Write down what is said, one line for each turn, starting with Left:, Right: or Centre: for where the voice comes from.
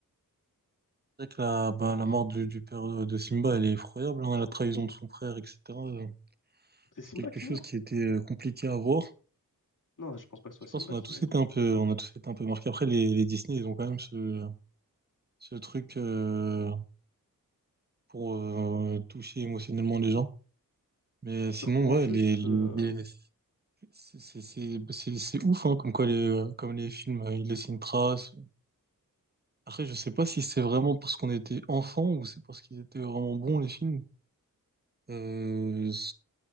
Right: C'est vrai que la, bah, la mort du, du père de, de Simba, elle est effroyable, hein, la trahison de son frère, etc. euh,
Left: C'est
Right: C'est
Left: Simba
Right: quelque
Left: qui
Right: chose
Left: meurt?
Right: qui était euh, compliqué à voir.
Left: Non, je pense pas que ce
Right: Je
Left: soit
Right: pense
Left: Simba
Right: qu'on a
Left: qui
Right: tous
Left: meurt.
Right: été un peu, on a tous été un peu marqués. Après, les, les Disney, ils ont quand même ce, ce truc euh, pour euh, toucher émotionnellement les gens. Mais
Left: Je
Right: sinon,
Left: te reprends
Right: ouais,
Left: juste.
Right: les, les,
Left: euh,
Right: les- c'est c'est- c'est- c'est- c'est ouf, hein, comme quoi les, euh, comme les films, euh, ils laissent une trace. Après, je sais pas si c'est vraiment parce qu'on était enfant ou c'est parce qu'ils étaient vraiment bons, les films. Euh,